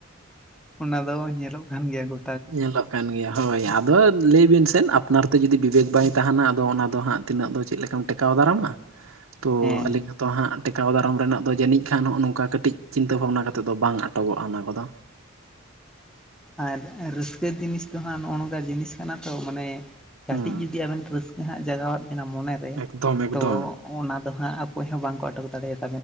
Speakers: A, in the centre; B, on the right (about 75°).
A: ᱚᱱᱟ ᱫᱚ ᱧᱮᱞᱚᱜ ᱠᱟᱱ ᱜᱮᱭᱟ ᱜᱚ
B: ᱧᱮᱞᱚᱜ ᱠᱟᱱ ᱜᱮᱭᱟ, ᱦᱳᱭ ᱟᱫᱚ ᱞᱟᱹᱭ ᱵᱤᱱ ᱥᱮᱱ ᱟᱯᱱᱟᱨ ᱛᱮ ᱡᱩᱫᱤ ᱵᱤᱵᱮᱠ ᱵᱟᱭ ᱛᱟᱦᱮᱱᱟ ᱟᱫᱚ ᱚᱱᱟ ᱫᱚ ᱦᱟᱜ ᱛᱤᱱᱟᱹᱜ ᱫᱚ ᱪᱮᱜ ᱞᱮᱠᱟᱢ ᱴᱮᱠᱟᱣ ᱫᱟᱨᱟᱢᱟ ᱛᱳ
A: ᱦᱮᱸ
B: ᱟᱹᱞᱤᱧ ᱛᱚ ᱦᱟᱸᱜ ᱴᱮᱠᱟᱣ ᱫᱟᱨᱟᱢ ᱨᱮᱱᱟᱜ ᱫᱚ ᱡᱟᱹᱱᱤᱡ ᱠᱷᱟᱱ ᱦᱚᱜᱼᱚ ᱱᱚᱝᱠᱟ ᱠᱟᱹᱴᱤᱡ ᱪᱤᱱᱛᱟᱹ ᱵᱷᱟᱵᱽᱱᱟ ᱠᱟᱛᱮᱜ ᱫᱚ ᱵᱟᱝ ᱟᱴᱚᱠᱚᱜᱼᱟ᱾ ᱚᱱᱟ ᱠᱚᱫᱚ
A: ᱟᱨ ᱨᱟᱹᱥᱠᱟᱹ ᱡᱤᱱᱤᱥ ᱫᱚ ᱦᱟᱸᱜ ᱱᱚᱜᱼᱚ ᱱᱚᱝᱠᱟ ᱡᱤᱱᱤᱥ ᱠᱟᱱᱟ ᱛᱚ ᱢᱟᱱᱮ ᱠᱟᱹᱴᱤᱡ
B: ᱦᱩᱸ
A: ᱡᱩᱫᱤ ᱟᱵᱮᱱ ᱨᱟᱹᱥ ᱡᱟᱦᱟᱸᱜ ᱡᱟᱜᱟᱣᱟᱜ ᱵᱤᱱᱟ ᱢᱚᱱᱮ ᱨᱮ
B: ᱮᱠᱫᱚᱢ ᱮᱠᱫᱚᱢ
A: ᱛᱚ ᱚᱱᱟ ᱫᱚ ᱦᱟᱸᱜ ᱚᱠᱚᱭ ᱦᱚᱸ ᱵᱟᱝᱠᱚ ᱟᱴᱚᱠ ᱫᱟᱲᱮᱭᱟᱜ